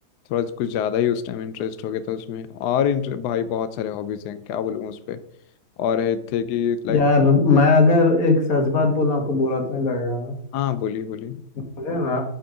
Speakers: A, on the left; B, on the left.
A: थोड़ा कुछ ज़्यादा ही उस टाइम इंटरेस्ट हो गया था उसमें और इंटर भाई बहुत सारे हॉबीज़ हैं क्या बोलूँ उस पर और ये थे कि लाइक
B: यार मैं अगर एक सच बात बोलूं आपको बुरा तो नहीं लगेगा ना
A: हाँ बोली बोली
B: मुझे ना